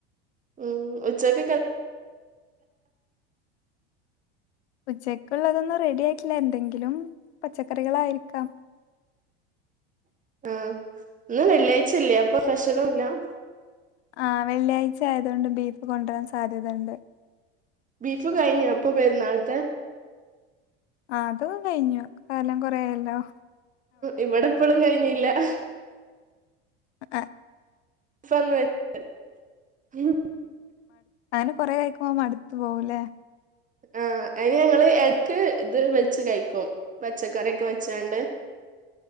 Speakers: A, on the right; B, on the left.
A: ഈ ഉച്ചയ്ക്കത്
B: ഉച്ചയ്ക്കുള്ളതൊന്ന് റെഡിയായിട്ടില്ല എന്തെങ്കിലും പച്ചക്കറികൾ ആയിരിക്കാം-
A: ആ ഇന്ന് വെള്ളിയാഴ്ചയല്ലേ അപ്പം സ്പെഷ്ൽ ഇല്ലാ -
B: ആ വെള്ളിയാഴ്ച ആയതുകൊണ്ട് ബീഫ് കൊണ്ടരാൻ സാധ്യതയുണ്ട്-
A: ബീഫ് കഴിഞ്ഞോ അപ്പം പെരുന്നാളത്തെ-
B: അത് കഴിഞ്ഞു കാലം കൊറെ ആയല്ലോ-
A: ഇവിടെ ഇപ്പോളും കഴിഞ്ഞില്ല-
B: അ
A: <unintelligible> <unintelligible>
B: കാലം കൊറെ ആയിക്കുമ്പോ മടുത്തു പോവില്ലേ?
A: ആ അയിന് ഞങ്ങള് എടയ്ക്ക് ഇത് ലും വെച്ച് കയിക്കും പച്ചക്കറിയക്കെ വെച്ചാണ്ട്-